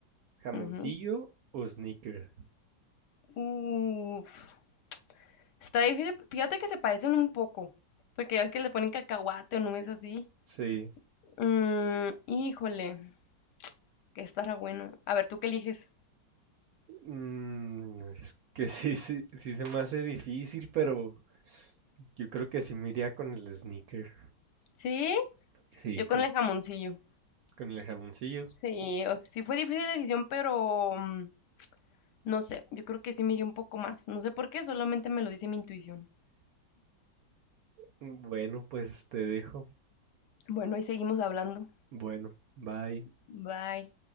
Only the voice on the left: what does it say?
Ujú.
Uf. Está difícil. Fíjate que se parecen un poco. Porque ya ves que le ponen cacahuate o nubes así.
Mm, híjole, que estará bueno. A ver, ¿tú qué eliges?
¿Sí?
Yo
con el
jamoncillo.
Sí, o sea, sí fue difícil la decisión, pero mm, no sé, yo creo que sí me iría un poco más. No sé por qué, solamente me lo dice mi intuición.
Bueno, ahí seguimos hablando.
Bye.